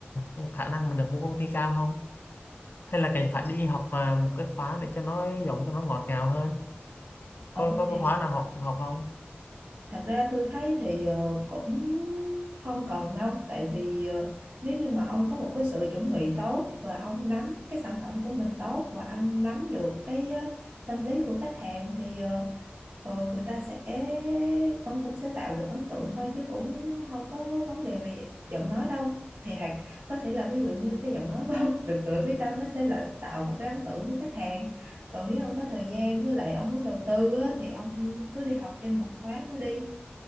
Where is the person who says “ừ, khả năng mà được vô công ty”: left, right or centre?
Left